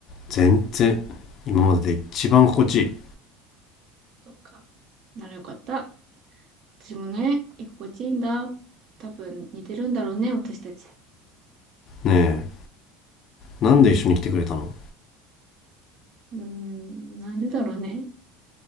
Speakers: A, on the left; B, on the right.
A: 全然今までで一番心地い
B: そっか。ならよかった。私もね、居心地いいんだ。多分似てるんだろうね、私たち。
A: いねえなんで一緒に来てくれたの
B: うーん、なんでだろうね。